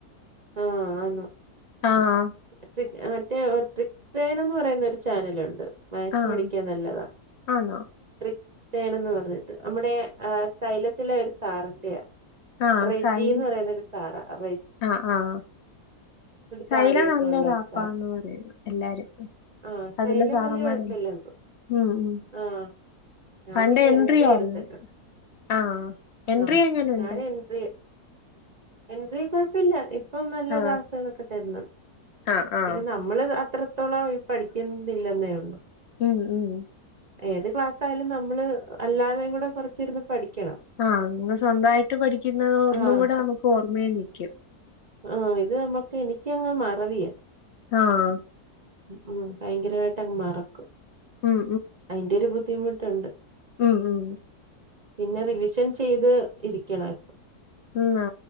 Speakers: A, on the right; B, on the left.
A: ആഹ് ആന്ന്
B: ആഹ്.
A: <unintelligible> എന്ന് പറയുന്ന ഒരു ചാനലുണ്ട്. മാത്‍സ്
B: ആഹ്
A: പഠിക്കാൻ നല്ലതാ
B: ആന്നോ
A: ട്രിക് ട്ടേൺ പറഞ്ഞ്. നമ്മുടെ ആഹ് സൈരലത്തിലെ ഒരു സാറിന്റെയ
B: ആഹ്
A: റെജി
B: സൈല
A: എന്ന് പറയുന്നരു സാ. സാറാ റെജി
B: ആഹ് ആഹ്
A: ഒരു
B: സൈലം
A: താടിയൊക്കെ
B: നല്ലൊരാപ്പാന്ന്
A: ഉള്ള ഒരു സാർ
B: പറയുന്നു എല്ലാരും.
A: ആഹ്
B: അതിലെ
A: സൈലം
B: സാർമാരും
A: വല്യ കുഴപ്പമില്ലന്ന് തോന്നുന്നു
B: ഉംഹ് ഉംഹ്.
A: ആഹ് ഞാൻ
B: അന്റെ
A: പിന്നെ
B: എൻട്രി <unintelligible>
A: എടുത്തിട്ടുണ്ട്
B: ആ ആഹ് എൻട്രി
A: ആഹ്
B: എങ്ങനെയുണ്ട്.
A: ഞാൻ എൻട്രി എൻട്രി കൊഴപ്പില്ല ഇപ്പം നല്ല
B: ആഹ്
A: ക്ലാസ്സുകളൊക്കെ തരണ്.
B: ആഹ് ആഹ്
A: പിന്നെ നമ്മള് അത്രത്തോളം പഠിക്കുന്നില്ലെന്നേ ഉള്ളു.
B: ഉം, ഉം.
A: ഏത് ക്ലാസ്സായാലും നമ്മള് അല്ലാതെയും കൂടെ കുറച്ചിരുന്ന് പഠിക്കണം.
B: ആഹ് അങ് സ്വന്തായിട്ട് പഠിക്കുന്ന ഒന്നും
A: ആഹ്
B: കൂടെ നമുക്ക് ഓർമ്മയി നിൽക്കും.
A: ആഹ ഇത് നമ്മക്ക് എനിക്കങ്ങ് മറവിയാ.
B: ആഹ്.
A: ഉംഹ്. ഭയങ്കരമായിട്ടങ്ങ് മറക്കും
B: ഉം,
A: അയിന്റെ ഒരു ബുദ്ധിമുട്ടുണ്ട്.
B: ഉംഹ് ഉംഹ്.
A: പിന്നെ റിവിഷൻ ചെയ്ത് ഇരിക്കണേ.
B: ന്നോ